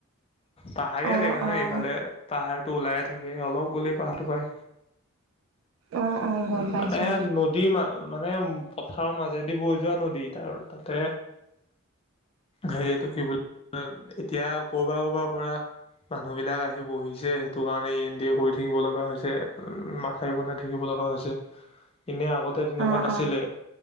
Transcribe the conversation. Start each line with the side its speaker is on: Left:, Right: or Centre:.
Left: পাহাৰীয়া
Right: অ',
Left: জেগা
Right: অ',
Left: ইফালে পাহাৰ টো ওলাই থাকে অলপ গ'লেই পাহাৰটো পাই
Right: অ', অ', গম
Left: উম
Right: পাইছোঁ
Left: মানে নদী মা মা মানে উম পথাৰৰ মাজেদি বৈ যোৱা নদী নদীত আৰু তাতে হেৰিটো কি বুলি এতিয়া কৰবাৰ কৰবাৰ পৰা মানুহ বিলাক আহি বহিছে সেইটো কাৰণে ই এন দিয়ে কৰি থাকিব লগা হৈছে উ মাথাউ বনাই থাকিব লগা হৈছে এনে আগতে তেনেকুৱা
Right: অ',
Left: নাছিলে।
Right: অ',